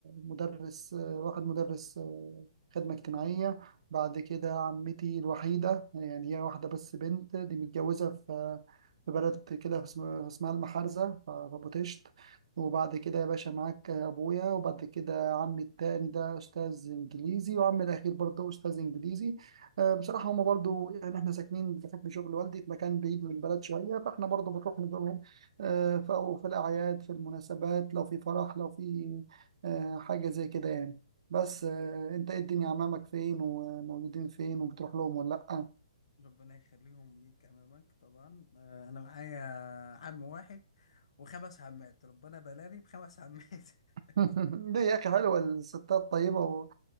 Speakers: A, on the right; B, on the left.
A: مدرس آه، واحد مدرس آه، خدمة اجتماعية بعد كده عمتي الوحيدة يعني هي واحدة بس بنت دي متجوزة في في بلد كده اسم- اسمها المحارزة ف- في أبو طشت وبعد كده يا باشا معاك أبويا وبعد كده عمي التاني ده أستاذ إنجليزي وعمي الأخير برضه أستاذ إنجليزي آه، بصراحة هما برضه يعني إحنا ساكنين بحكم شغل والدي في مكان بعيد من البلد شوية فإحنا برضه بنروح آه، ف- أو في الأعياد في المناسبات لو في فرح لو في آه، حاجة زي كده يعني بس آه، أنت إيه الدنيا عمامك فين وموجودين فين وبتروح لهم ولا لأ
B: ربنا يخليهم ليك امامك طبعا آه انا معايا عم واحد وخمس عمات ربنا بلاني بخمس عمات <laughs>
A: <laughs> ليه يا أخي حلوة الستات طيبة و...